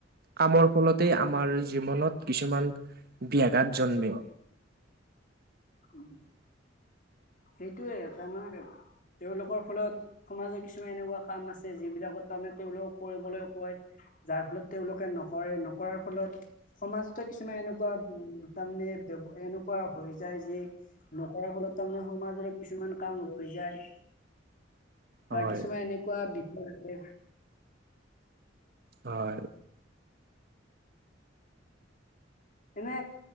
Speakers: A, on the right (about 55°); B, on the left (about 45°).
A: কামৰ ফলতে আমাৰ জীৱনত কিছুমান ব্যাঘাত জন্মে।
B: উ সেইটোয়ে তাৰ মানে তেওঁলোকৰ ফলত সমাজৰ কিছুমান এনেকুৱা কাম আছে যিবিলাকত তাৰমানে তেওঁলোকক কৰিবলৈ কয়। যাৰ ফলত তেওঁলোকে নকৰে নকৰাৰ ফলত সমাজতে কিছুমান এনেকুৱা উ তাৰমানে এনেকুৱা য যে নকৰাৰ ফলত তাৰমানে সমাজৰে কিছুমান কাম ৰৈ যায়।
A: হয়,
B: বা কিছুমান এনেকুৱা বিষয়ে
A: হয়।
B: এনে